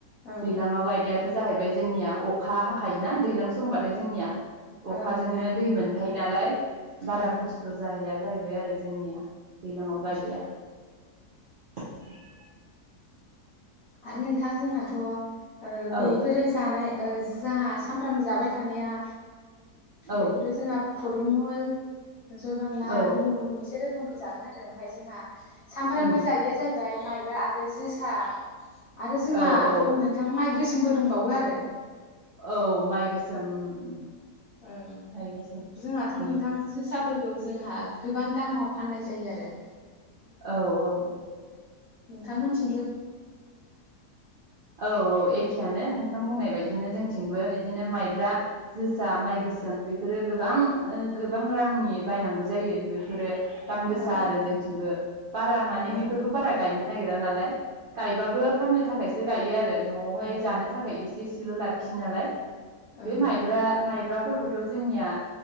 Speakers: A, on the left (about 60°); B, on the right (about 60°).
A: ओं
B: दैलांआव गायदेद थो जाहैबाय जोंनिया अखा हा खायोना दैज्लां समबाथाय जोंनिया। अखाजोंनो
A: ओं नोंथां
B: दै मोन खायोनालाय बारा
A: ओं
B: खस्थ' जाहैया जाहैबाय आरो। आरो जोंनिया। दैलाङाव गायदिया।
A: ओं
B: <inaudible>
A: आरो नोंथां जोंहाथ'
B: औ
A: बेफोरो जानाय जोंहा सानफ्रामबो जाबाय थानाया
B: औ
A: बेखौथ' जोंहा फरिमल जय बांला
B: औ
A: गुबुन गुबुन एसेरो रोखोम जागोन आरो ओमफ्राय जोंहा सानफ्रामबो
B: उम
A: जायिया जाहैबाय माइब्रा आरो जोसा था आरो जोंहाथ'
B: औ औ
A: नोंथां माइ गोसो दंबावो आरो।
B: औ माइ गोसोम उम उम।
A: औ
B: माइ गोसोम
A: जोंहाथ'
B: उम
A: नोंथां जोसाब फोरफोरखौ जोंहा गोबां दामाव फाननाय जायो आरो।
B: औ औ।
A: नोंथांमोन थिं
B: औ औ एखेयानो नों बिथां बुंनाय बायदिनो जोंथिंबो बिदिनो माइब्रा जोसा माइ गोसोम बेफोरो गोबां गोबां रांनि बायनांगौ जायो बेफोरो दाम गोसा
A: ओं
B: आरो जोंथिंबो बारा माने
A: ओं
B: बेफोरखौ बारा गायनो नागिरा नालाय गायबाबो फाननो थाखाय सो गायो आरो आरो न'आवहाय
A: ओं
B: जानो थाखाय एसे लाखियो नालाय बे
A: ओं
B: माइब्रा माइब्रा मायब्राफोरखौथ' जोंनिया